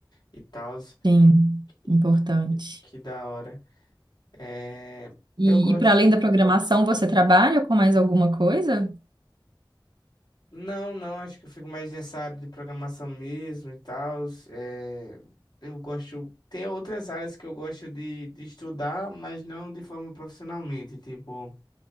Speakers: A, on the left; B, on the right.
A: e tal.
B: Sim,
A: Que,
B: importante.
A: que, que da hora. É,
B: E,
A: eu gosto.
B: e para além da programação, você trabalha com mais alguma coisa?
A: Não, não, acho que eu fico mais nessa área de programação mesmo e tal. É, eu gosto. Tem outras áreas que eu gosto de, de estudar, mas não de forma profissionalmente, tipo